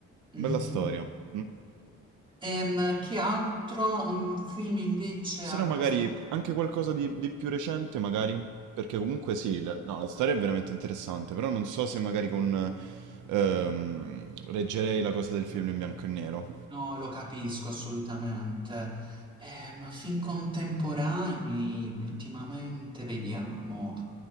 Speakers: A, on the right (about 80°); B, on the right (about 15°).
A: Bella
B: Mhm.
A: storia. Mm.
B: Ehm, che altro? Un film invece
A: Se no magari
B: post
A: anche qualcosa di, di più recente, magari. Perché comunque sì, la, no, la storia è veramente interessante, però non so se magari con... ehm, reggerei la cosa del film in bianco e nero.
B: No, lo capisco assolutamente. Eh, ma film contemporanei, ultimamente, vediamo.